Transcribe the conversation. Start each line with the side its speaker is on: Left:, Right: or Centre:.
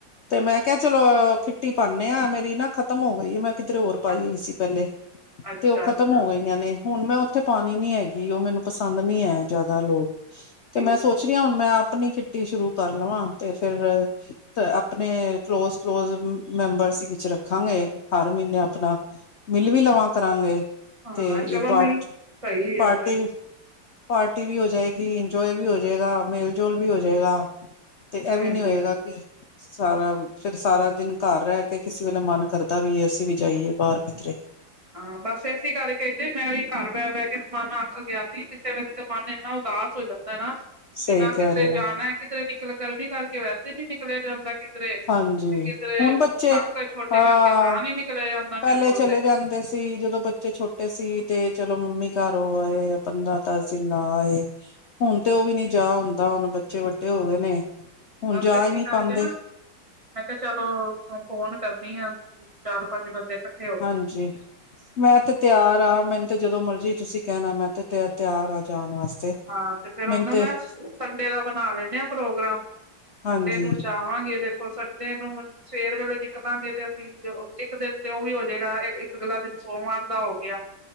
Left: ਤੇ ਮੈਂ ਕਿਹਾ ਚਲੋ ਕਿੱਟੀ ਪਾਣੇ ਆ ਮੇਰੀ ਨਾ ਖਤਮ ਹੋਗੀ ਐ ਕਿਧਰੇ ਹੋਰ ਪਾਈ
Right: ਹਾਂ,
Left: ਹੋਈ ਸੀ ਪਹਿਲੇ,
Right: ਅੱਛਾ
Left: ਤੇ ਉਹ ਖਤਮ
Right: ਅੱਛਾ
Left: ਹੋ ਗਈਆਂ ਨੇ ਹੁਣ ਮੈਂ ਉੱਥੇ ਪਾਣੀ ਨੀ ਹੈਗੀ ਉਹ ਮੈਨੂੰ ਪਸੰਦ ਨੀ ਐ ਜ਼ਿਆਦਾ ਲੋਕ, ਤੇ
Right: ਠੀਕ
Left: ਮੈਂ ਸੋਚ
Right: ਹੈ ਠੀਕ
Left: ਰੀ ਆ ਹੁਣ
Right: ਹੈ।
Left: ਮੈਂ ਆਪਣੀ ਕਿਟ ਟੀ ਸ਼ੁਰੂ ਕਰ ਲਵਾਂ ਤੇ ਫੇਰ ਆਪਣੇ ਕਲੋਜ ਕਲੋਜ ਮੈਂਬਰਸ ਵਿੱਚ ਰੱਖਾਂਗੇ ਹਰ ਮਹੀਨੇ ਆਪਣਾ ਮਿਲ ਵੀ ਲਵਾਂ ਕਰਾਂਗੇ
Right: ਹਾਂ
Left: ਤੇ
Right: ਚਲੋ
Left: ਇਹ ਪਾਰਟੀ,
Right: ਨਹੀਂ ਸਹੀ
Left: ਪਾਰਟੀ
Right: ਹੈ ਤੇ
Left: ਵੀ ਪਾਰਟੀ ਵੀ ਹੋ ਜਾਏਗੀ, ਇੰਜੋਏ ਵੀ ਹੋਜੇਗਾ, ਮੇਲ-ਜੋਲ ਵੀ ਹੋਜੇਗਾ। ਤੇ ਇਹ
Right: ਹਾਂਜੀ
Left: ਵੀ ਨੀ ਹੋਏਗਾ
Right: ਹਾਂਜੀ
Left: ਕੀ ਸਾਰਾ ਫਿਰ ਸਾਰਾ ਦਿਨ ਘਰ ਰਹਿ ਕੇ ਕਿਸੇ ਵੇਲੇ ਮਨ ਕਰਦਾ ਵੀ ਅਸੀਂ ਵੀ ਜਾਈਏ ਬਾਹਰ ਕਿਤਰੇ।
Right: ਹਾਂ ਬਸ ਇਸੇ ਕਰ ਕੇ ਕਹਿੰਦੇ ਮੈਂ ਉਹੀ ਘਰ ਬਹਿ-ਬਹਿ ਕੇ ਨਾ ਮਨ ਆਖ ਗਿਆ ਸੀ ਕਿਸੇ ਵੇਲੇ ਤੇ ਮਨ ਇੰਨਾ ਉਦਾਸ ਹੋ ਜਾਂਦਾ ਨਾ।
Left: ਸਹੀ
Right: ਫੇਰਨਾ
Left: ਕਹਿ
Right: ਕਿਧਰੇ
Left: ਰਹੇ ਹੋ
Right: ਜਾਣਾ ਕਿਧਰੇ ਵੀ ਚਲ ਗਰਮੀ ਕਰਕੇ ਵੈਸੇ ਨੀ ਨਿਕਲਿਆ ਜਾਂਦਾ ਕਿਧਰੇ
Left: ਹਾਂਜੀ
Right: ਤੇ ਕਿਧਰੇ
Left: ਹੁਣ ਬੱਚੇ
Right: ਕਾਕੇ ਛੋਟੇ
Left: ਹਾਂ
Right: ਕਰਕੇ ਤਾਂ ਨੀ ਨਿਕਲਿਆ ਜਾਂਦਾ।
Left: ਪਹਿਲੇ
Right: ਮੇਰੇ ਕੋਲ
Left: ਚਲੇ
Right: ਤੇ
Left: ਜਾਂਦੇ ਸੀ ਜਦੋਂ ਬੱਚੇ ਛੋਟੇ ਸੀ ਤੇ ਚਲੋ ਮੰਮੀ ਘਰ ਹੋ ਆਏ ਨਾ ਦਸਦੇ ਨਆਏ ਾਹੁਣ ਤੇ ਉਹ ਵੀ ਨੀ ਜਾ ਹੁੰਦਾ ਹੁਣ ਬੱਚੇ ਵੱਡੇ ਹੋ ਗਏ ਨੇ ਹੁਣ
Right: ਬਸ
Left: ਜਾ
Right: ਇਸੀ
Left: ਹੀ ਨਹੀ
Right: ਕਰਕੇ
Left: ਪਾਉਂਦੇ
Right: ਨਾ ਮੈਂ ਕਿਹਾ ਚਲੋ ਫੋਨ ਕਰਨੀ ਆ ਚਾਰ ਪੰਜ ਬੰਦੇ ਕੱਠੇ
Left: ਹਾਂਜੀ ਮੈਂ ਤੇ ਤਿਆਰ ਹਾਂ ਮੈਨੂੰ ਤੇ ਜਦੋਂ ਮਰਜ਼ੀ ਤੁਸੀਂ ਕਹਿਣਾ ਮੈਂ ਤਿਆਰ ਆ ਜਾਣ ਵਾਸਤੇ
Right: ਹਾਂ ਤੇ ਫੇਰ
Left: ਮੈਨੂੰ
Right: ਉਹਨੂੰ
Left: ਤੇ
Right: ਮੈਂ ਸੰਡੇ ਦਾ ਬਣਾ ਲੈਂਨੇ ਆ ਪ੍ਰੋਗਰਾਮ
Left: ਹਾਂਜੀ
Right: ਸੰਡੇ ਨੂੰ ਚਾਹਵਾਂਗੇ ਦੇਖੋ ਸੰਡੇ ਨੂੰ ਸਵੇਰ ਵੇਲੇ ਨਿਕਲਾਂਗੇ ਤੇ ਅਸੀਂ ਇੱਕ ਦਿਨ ਤੇ ਉਹ ਵੀ ਹੋ ਜਾਏਗਾ ਇੱਕ ਅਗਲਾ ਦਿਨ ਸੋਮਵਾਰ ਦਾ ਹੋ ਗਿਆ